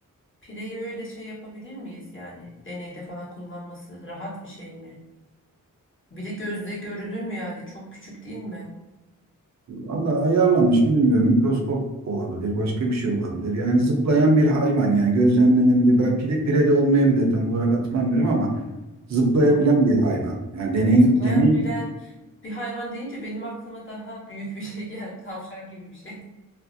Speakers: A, on the left; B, on the right.
A: pireyi öyle şey yapabilir miyiz yani? Deneyde falan kullanması rahat bir şey mi? Bir de gözle görülür mü yani? Çok küçük değil mi?
B: Allah ayarlamış bilmiyorum. Mikroskop olabilir. Başka bir şey olabilir. Yani zıplayan bir hayvan. Yani gözlemlenebilir. Ben pire, pire de olmayabilir tam olarak hatırlamıyorum ama zıplayabilen
A: Hmm.
B: bir hayvan. Yani deney,
A: Zıplayan
B: deney
A: bilen bir hayvan deyince benim aklıma daha büyük bir şey geldi. <laughs> Tavşan gibi bir şey.